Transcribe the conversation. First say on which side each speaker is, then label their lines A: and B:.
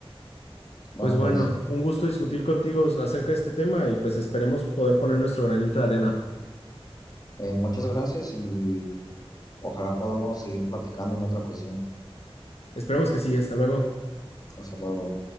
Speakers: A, on the left (about 40°); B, on the left (about 80°).
A: Bueno,
B: Pues bueno,
A: pues
B: un gusto discutir contigo acerca de este tema y pues esperemos poder poner nuestro granito de arena.
A: eh, muchas gracias y Ojalá podamos seguir platicando en otra ocasión.
B: Esperemos que sí, hasta luego.
A: Hasta luego.